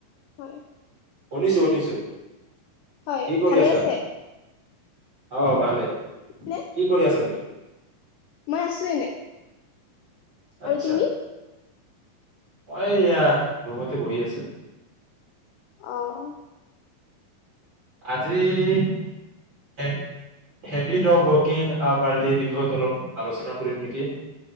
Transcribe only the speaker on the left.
হয়
হয়
ভালে
আছে
নে?
মই আছো এনে
আৰু তুমি?
অহ